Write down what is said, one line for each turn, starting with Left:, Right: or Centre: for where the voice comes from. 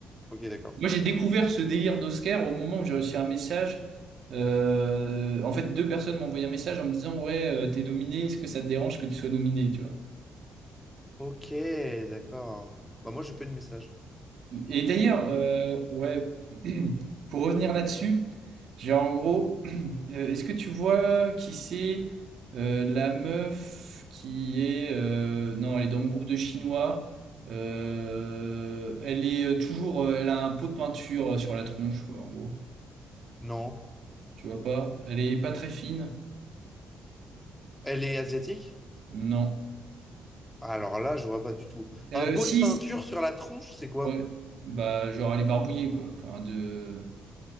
Centre: Ok, d'accord.
Right: Moi, j'ai découvert ce délire d'Oscar au moment où j'ai reçu un message. euh, en fait, deux personnes m'ont envoyé un message en me disant, Ouais, euh, t'es nominé, est-ce que ça te dérange que tu sois nominé, tu vois?
Centre: Ok, d'accord. Bah moi, j'ai pas eu de message.
Right: Et d'ailleurs, euh, ouais, <clears throat> pour revenir là-dessus, j'ai en gros, <clears throat> euh, est-ce que tu vois qui c'est euh, la meuf qui est. euh, non, elle est dans le groupe de Chinois. euh, elle est euh, toujours. euh, Elle a un pot de peinture euh, sur la tronche, quoi, en gros.
Centre: Non.
Right: Tu vois pas? Elle est pas très fine?
Centre: Elle est asiatique?
Right: Non.
Centre: Alors là, je vois pas du tout.
Right: Euh,
Centre: Un pot
Right: 6?
Centre: de peinture sur la tronche, c'est quoi?
Right: Ouais. Bah, genre, elle est barbouillée, quoi. Enfin, de...